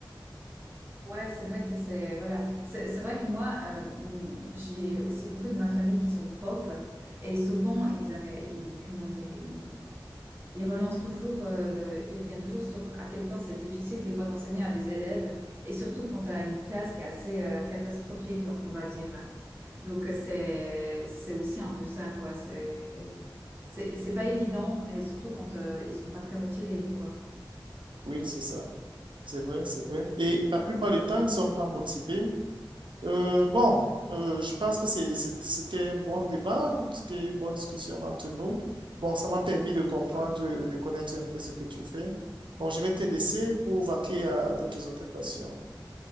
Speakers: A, on the right; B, on the right.
A: Ouais, c'est vrai que c'est voilà, c'est c'est vrai que moi euh, hmm, j'ai aussi beaucoup de ma famille qui sont profs et souvent ils, arrêt- ils comment dire ils, ils relancent toujours euh, ils reviennent toujours sur à quel point c'est difficile des fois d'enseigner à des élèves et surtout quand tu as une classe qui est assez euh, catastrophique on va dire. Donc euh, c'est c'est aussi un peu ça quoi, c'est c'est c'est pas évident et surtout quand euh, ils sont pas très motivés quoi.
B: Oui, c'est ça. C'est vrai, c'est vrai.
A: Voilà.
B: Et la plupart du temps, ils ne sont pas motivés. Euh, bon, euh, je pense que c'est, c'est- c'était un bon débat, c'était une bonne discussion entre nous. Bon, ça m'a permis de comprendre,
A: Ouais.
B: euh, de connaître un peu ce que tu fais. Bon, je vais te laisser pour vaquer à d'autres occupations.